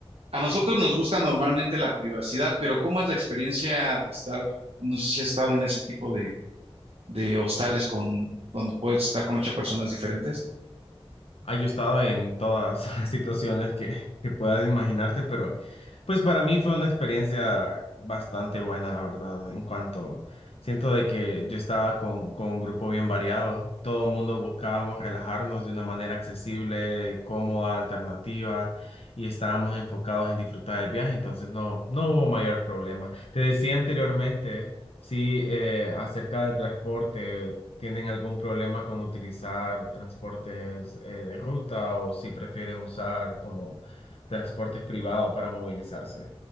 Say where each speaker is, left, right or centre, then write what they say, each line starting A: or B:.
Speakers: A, on the right; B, on the left.
A: A nosotros nos gusta normalmente la privacidad, pero ¿cómo es la experiencia de estar, no sé si has estado en ese tipo de, de hostales con, donde puedes estar con ocho personas diferentes?
B: Ah, yo he estado en todas <laughs> las situaciones que, que puedas imaginarte, pero Pues para mí fue una experiencia bastante buena, la verdad, en cuanto siento de que yo estaba con, con un grupo bien variado, todo el mundo buscábamos relajarnos de una manera accesible, cómoda, alternativa, y estábamos enfocados en disfrutar del viaje, entonces no, no hubo mayor problema. Te decía anteriormente, sí, eh, acerca del transporte. ¿Tienen algún problema con utilizar transportes eh, de ruta o si prefieren usar como transportes privados para movilizarse.